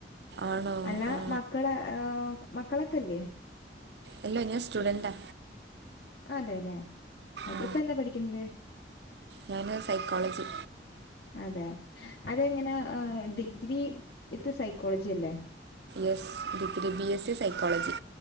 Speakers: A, on the right; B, on the left.
A: ആണോ
B: അല്ല
A: ആ
B: മക്കള് ആഹ്‌ മക്കളോ ക്കെല്ലേ.
A: അല്ലാ ഞാൻ സ്റ്റുഡന്റാ.
B: അതെല്ലെ
A: ആ
B: ഇപ്പ എന്താ പഠിക്കുന്നത്?
A: ഞാൻ സൈക്കോളജി
B: അതെ അതങ്ങനാ ഡിഗ്രി ഇത് സൈക്കോളജി അല്ലേ.
A: <unintelligible> സി സൈക്കോളജി